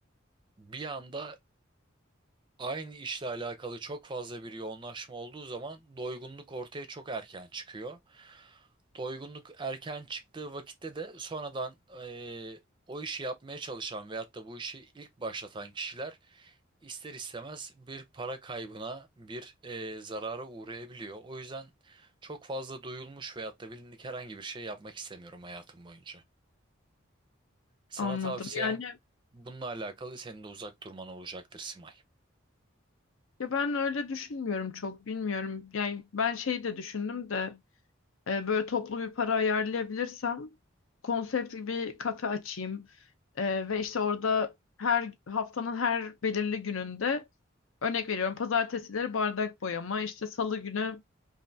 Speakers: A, on the right; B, on the left.
A: bir anda aynı işle alakalı çok fazla bir yoğunlaşma olduğu zaman doygunluk ortaya çok erken çıkıyor doygunluk erken çıktığı vakitte de sonradan eee, o işi yapmaya çalışan veyahut da bu işi ilk başlatan kişiler ister istemez bir para kaybına, bir eee, zarara uğrayabiliyor. O yüzden çok fazla duyulmuş veyahut da bilindik herhangi bir şey yapmak istemiyorum hayatım boyunca. Sana
B: Anladım.
A: tavsiyem
B: Yani
A: bununla alakalı senin de uzak durman olacaktır Simay.
B: ya ben öyle düşünmüyorum çok bilmiyorum. Yani ben şey de düşündüm de e, böyle toplu bir para ayarlayabilirsem konsept bir kafe açayım E, ve işte orada her haftanın her belirli gününde örnek veriyorum pazartesileri bardak boyama işte salı günü